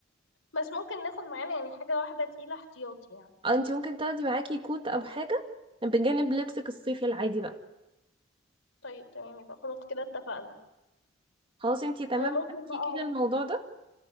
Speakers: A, on the left; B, on the right.
A: بس ممكن ناخد معانا يعني حاجه واحده تقيله احتياطي يعني
B: اه انت ممكن تاخدي معاكي كوت او حاجه بجانب لبسك الصيفي العادي بقى
A: طيب تمام يبقى خلاص كده اتفقنا
B: خلاص انت تمام
A: آه، ممكن
B: معاكي
A: بقى
B: كده الموضوع ده